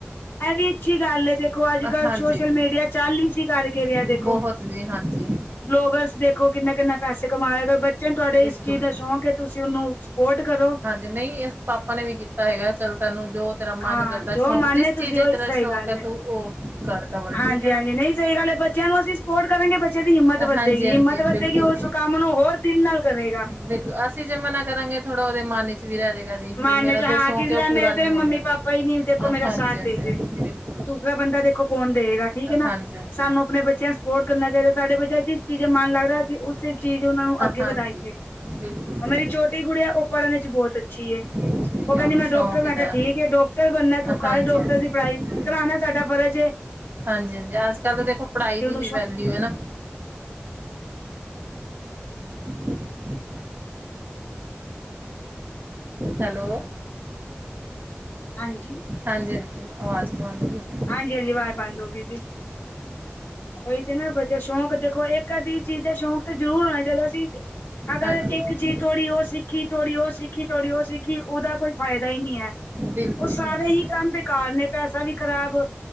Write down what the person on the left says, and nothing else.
ਇਹ ਵੀ ਇੱਛੀ ਗੱਲ ਏ, ਦੇਖੋ ਅੱਜ ਕੱਲ
ਸੋਸ਼ਲ ਮੀਡੀਆ- ਚੱਲ ਈਸੀ ਕਰਕੇ ਰਿਹਾ
ਦੇਖੋ।
ਬਲੋਗਰਸ ਦੇਖੋ ਕਿੰਨਾ ਕਿੰਨਾ ਪੈਸੇ ਕਮਾ ਰਹੇ, ਬੱਚੇ ਨੂੰ ਤੁਹਾਡੇ
ਇਸ ਚੀਜ਼ ਦਾ ਸ਼ੌਕ ਹੈ। ਤੁਸੀਂ ਉਹਨੂੰ ਸਪੋਰਟ ਕਰੋ-
ਹਾਂ
ਜੋ
ਮਨ
ਏ ਤੁਸੀਂ
ਉਹੀ
ਸਹੀ
ਗੱਲ
ਏ
ਹਾਂਜੀ
ਹਾਂਜੀ ਨਹੀਂ ਸਹੀ ਗੱਲ ਏ ਬੱਚਿਆਂ ਨੂੰ ਅਸੀਂ ਸਪੋਰਟ ਕਰਾਂਗੇ, ਬੱਚਿਆਂ ਦੀ ਹਿੰਮਤ ਵਧੇਗੀ,
ਹਿੰਮਤ ਵਧੇਗੀ,
ਔ ਉਸ ਕੰਮ ਨੂੰ ਹੋਰ ਦਿਲ ਨਾਲ ਕਰੇਗਾ।
ਮਨ
ਚ ਹਾਂ
ਕਿ ਲੈ
ਮੇਰੇ
ਤੇ
ਮੰਮੀ
ਪਾਪਾ ਹੀ ਨੀ ਦੇਖੋ
ਮੇਰਾ ਸਾਥ
ਦੇ ਰਹੇ
ਤੇ ਦੂਸਰਾ ਬੰਦਾ ਦੇਖੋ ਕੌਣ ਦੇਵੇਗਾ, ਠੀਕ ਹੈ ਨਾ,
ਸਾਨੂੰ ਆਪਣੇ ਬੱਚਿਆਂ ਨੂੰ ਸਪੋਰਟ ਕਰਨਾ ਚਾਹੀਦਾ, ਸਾਡੇ ਬੱਚਿਆਂ ਜੀ ਜਿਸ ਚੀਜ਼ ਦਾ ਮਨ ਲੱਗਦਾ, ਅਸੀਂ ਉਸੇ ਚੀਜ਼ ਉਹਨਾਂ ਨੂੰ ਅੱਗੇ
ਵਧਾਈਏ
ਉਹ
ਮੇਰੀ ਛੋਟੀ ਕੁੜੀ ਐ, ਉਹ ਪੜ੍ਹਨ ਚ ਬਹੁਤ ਅੱਛੀ ਹੈ।
ਉਹ ਕਹਿੰਦੀ
ਮੈਂ
ਡਾਕਟਰ, ਮੈਂ
ਕਿਹਾ ਠੀਕ ਹੈ, ਡਾਕਟਰ ਬਣਨਾ, ਤੂੰ ਕਰ
ਡਾਕਟਰ
ਦੀ ਪੜ੍ਹਾਈ
ਕਰਾਣਾ ਸਾਡਾ ਫਰਜ਼ ਏ
ਸ਼ੌਕ
ਹਾਂਜੀ।
ਹਾਂਜੀ ਹਾਂਜੀ ਆਵਾਜ਼ ਬੰਦ ਹੋ ਗਈ ਸੀ। ਉਹੀ ਤੇ ਨਾ ਬੱਚਾ ਸ਼ੌਂਕ ਦੇਖੋ, ਇੱਕ ਅੱਧੀ ਚੀਜ਼ ਦਾ ਸ਼ੌਂਕ ਤੇ ਜ਼ਰੂਰ ਹੋਣਾ ਚਾਹੀਦਾ ਸੀ। ਅਗਰ
ਇੱਕ ਚੀਜ਼ ਥੋੜੀ ਉਹ ਸਿੱਖੀ, ਥੋੜੀ ਉਹ ਸਿੱਖੀ, ਥੋੜ੍ਹੀ ਉਹ ਸਿੱਖੀ, ਉਹਦਾ ਕੋਈ ਫਾਇਦਾ ਹੀ ਨਹੀਂ ਹੈ।
ਉਹ ਸਾਰੇ
ਹੀ ਕੰਮ ਬੇਕਾਰ ਨੇ, ਪੈਸਾ ਵੀ ਖ਼ਰਾਬ,